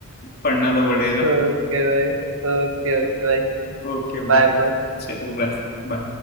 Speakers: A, on the left (about 45°); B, on the right (about 65°).
A: पढ़ना तो पड़ेगा
B: ओके भाई ओके ओके भाई
A: Okay bro
B: Bye bro
A: चलो ब्रो